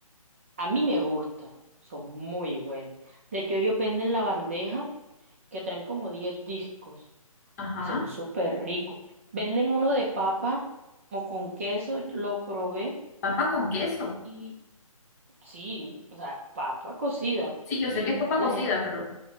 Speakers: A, on the right; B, on the left.
A: a mí me gusta, son muy buenos. De hecho, ellos venden la bandeja que traen como 10 discos
B: Ajá.
A: y son súper ricos. Venden uno de papa como con queso, lo probé
B: Papa con queso.
A: y sí, o sea, papa cocida
B: Sí, yo
A: y
B: sé que es papa
A: la
B: cocida,
A: gente
B: pero, o